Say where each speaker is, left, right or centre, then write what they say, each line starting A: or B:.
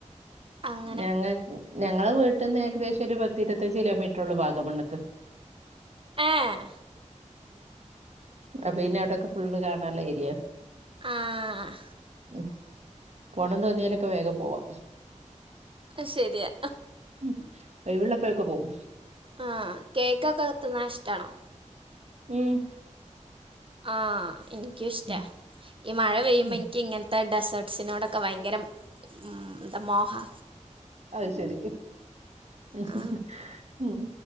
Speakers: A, on the right; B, on the right.
A: അങ്ങനെ
B: ഞങ്ങ ഞങ്ങളെ വീട്ട്ന്ന് ഏകദേശം ഒരു പത്തിര്പത്തഞ്ച് കിലോമീറ്ററോള്ളൂ വാഗമണ്ക്ക്
A: ഏഹ്
B: അപ്പൊ പിന്നെ അവ്ടെക്കെ ഫുള്ള് കാണാള്ള ഏര്യാ
A: ആഹ്
B: ഉം പോണം തോന്നിയാലൊക്കെ വേഗം പോവാ
A: അത് ശരിയാ
B: ഉംഹ് ഒഴിവ്ള്ളപ്പഴെക്കെ പോവും
A: ആഹ് കേക്കൊക്കെ തിന്നാന് ഇഷ്ടാണോ
B: ഉം
A: ആഹ് എനിക്കും ഇഷ്ടാ
B: ഉം
A: ഈ മഴ പെയ്യുമ്പ
B: ഉം
A: എനിക്ക് ഇങ്ങൻ ത്തെ ഡെസേർട്സിനോടൊക്കെ വയങ്കര ഉം ന്താ മോഹാ
B: ആഹ് ശെരി ഇഹ്ഹ്
A: ആ
B: ഉം